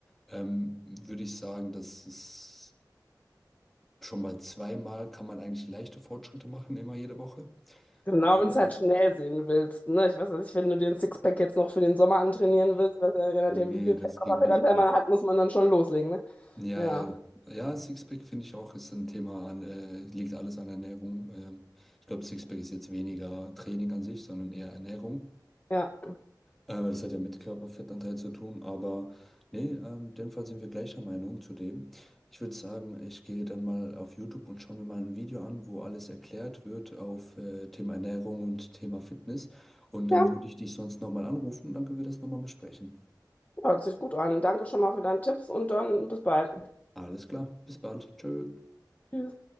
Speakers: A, in the centre; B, on the left (about 20°).
A: ähm, würde ich sagen, dass es schon mal zweimal kann man eigentlich leichte Fortschritte machen, immer jede Woche.
B: Genau,
A: Ähm,
B: wenn du es halt schnell sehen willst. Ne? Ich weiß ja nicht, wenn du den Sixpack jetzt noch für den Sommer antrainieren willst, was ja, je nachdem,
A: Nee,
B: wie viel
A: das
B: Fett- Körperfettanteil
A: geht nicht mehr.
B: man hat, muss man dann schon loslegen. Ne?
A: Ja,
B: Ja,
A: ja. Ja, Sixpack finde ich auch, ist ein Thema an, äh, liegt alles an Ernährung. Ähm, ich glaube, Sixpack ist jetzt weniger Training an sich, sondern eher Ernährung.
B: ja,
A: Äh, weil das hat ja mit Körperfettanteil zu tun. Aber nee, ähm, in dem Fall sind wir gleicher Meinung zu dem. Ich würde sagen, ich gehe dann mal auf YouTube und schaue mir mal ein Video an, wo alles erklärt wird auf äh, Thema Ernährung und Thema Fitness. Und dann
B: ja,
A: würde ich dich sonst nochmal anrufen und dann können wir das nochmal besprechen.
B: hört sich gut an. Danke schon mal für deine Tipps und dann bis bald.
A: Alles klar, bis bald. Tschö.
B: Tschüss.